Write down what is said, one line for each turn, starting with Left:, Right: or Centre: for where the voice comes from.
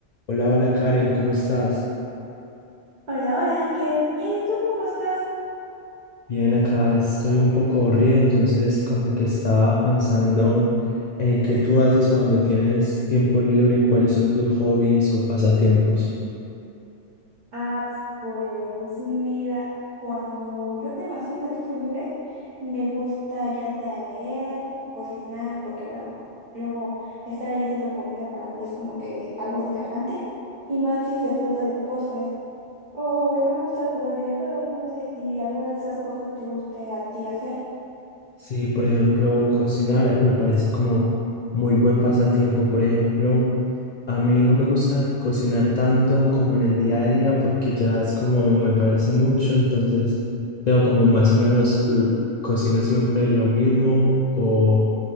Left: Hola, hola Karen, ¿cómo estás?
Right: Hola, hola Ángel. Bien, ¿y tú cómo estás?
Left: Bien, acá estoy un poco aburrido, entonces como que estaba pensando en qué tú haces cuando tienes tiempo libre, cuáles son tus hobbies o pasatiempos.
Right: Ah, pues mira, cuando yo tengo así un ratito libre, me gusta ya sea leer, cocinar, porque bueno, luego estar ahí haciendo comida para mí es como que algo relajante. Y más si se trata de postres. O igual me gusta jugar videojuegos. No sé si alguna de esas cosas te guste a ti hacer.
Left: Sí, por ejemplo, cocinar me parece como muy buen pasatiempo. Por ejemplo, a mí no me gusta cocinar tanto como en el día a día porque ya es como me parece mucho, entonces tengo como más o menos l- cocino siempre lo mismo o